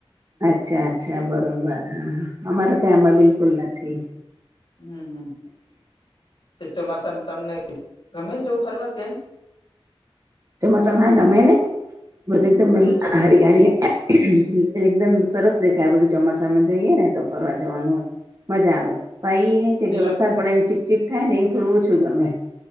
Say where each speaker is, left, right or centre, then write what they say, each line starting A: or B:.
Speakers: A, on the right; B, on the left.
A: અચ્છા, અચ્છા, બરોબર. હઅ હઅ અમારે તો એમાં બિલકુલ નથી.
B: હમ હમ તો ચોમાસામ તમને ગમે જવુ ફરવા કયાંય?
A: ચોમાસામ હા ગમે ને, બધુ એકદમ લ
B: હા
A: હરિ-હરિયા <unintelligible> એકદમ સરસ દેખાય બધું ચોમાસામાં જઈએ ને તો ફરવા જવાનું. મજા આવે પહી એ છે
B: નીલો
A: કે વરસાદ પડેને ચીપચીપ થાયને એ થોડું ઓછું ગમે.